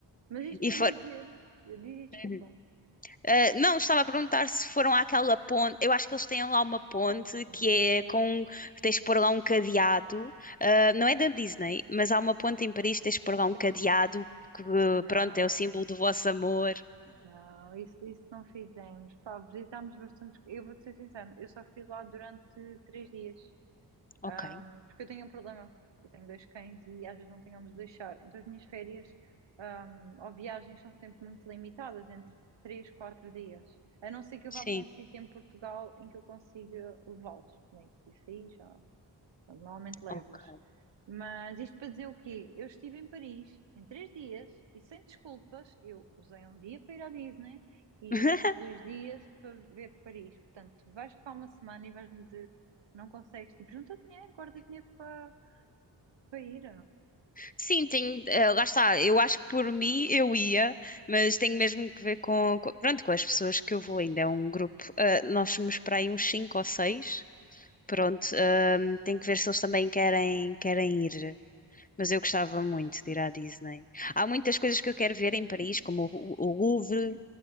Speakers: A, on the right (about 70°); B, on the left (about 20°).
A: Mas isto
B: E
A: para
B: for...
A: dizer, eu digo, desculpa,
B: Uhum. Uh, não, estava a perguntar se foram àquela ponte. Eu acho que eles têm lá uma ponte
A: ponto.
B: que é com. Tens de pôr lá um cadeado. Uh, não é da Disney, mas há uma ponte em Paris, tens de pôr
A: Ai,
B: lá um
A: peri-
B: cadeado que,
A: Não,
B: pronto, é o símbolo do vosso amor.
A: não, isso, isso não fizemos. Pá, visitámos bastante. Eu vou-te ser sincera, eu só fui lá durante três dias,
B: Ok,
A: Ahm, porque eu tenho um problema. Eu tenho dois cães e às vezes não tenho onde os deixar. Então as minhas férias, ahm, ou viagens são sempre muito limitadas, entre três, quatro dias. A não ser que eu
B: sim.
A: vá para um sítio em Portugal em que eu consiga levá-los comigo. Isso aí já. Portanto, Normalmente levo-os.
B: ok.
A: Mas isto para dizer o quê? Eu estive em Paris em três dias e sem desculpas, eu usei um dia para ir à Disney e
B: <laughs>
A: os outros dois dias para ver Paris. Portanto, tu vais ficar uma semana e vais-me dizer que não consegues. Tipo, junta dinheiro, guarda dinheiro para, para ir.
B: Sim, tem, eh, lá está. Eu acho que por mim eu ia, mas tenho mesmo que ver com, com- pronto, com as pessoas que eu vou. Ainda é um grupo. eh, nós somos para aí uns cinco ou seis. Pronto, eh, tem que ver se eles também querem, querem ir. Mas eu gostava muito de ir à Disney. Há muitas coisas que eu quero ver em Paris, como o, o Louvre,